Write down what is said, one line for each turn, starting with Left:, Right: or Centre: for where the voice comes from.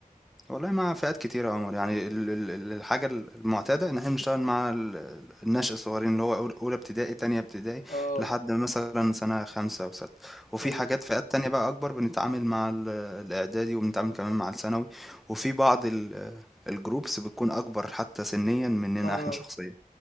Centre: والله مع فئات كتيرة يا عمر يعني ال- ال- ال- الحاجة المعتادة إن احنا بنشتغل مع ال- النشء الصغيرين اللي هو أول- أولى ابتدائي تانية ابتدائي
Left: اه
Centre: لحد مثلا سنة خمسة وستة وفي
Left: أيوه
Centre: حاجات فئات تانية بقى أكبر بنتعامل مع ال- الإعدادي وبنتعامل كمان مع الثانوي وفي بعض ال- الجروبس بتكون أكبر حتى سنيا مننا
Left: اه
Centre: احنا شخصيا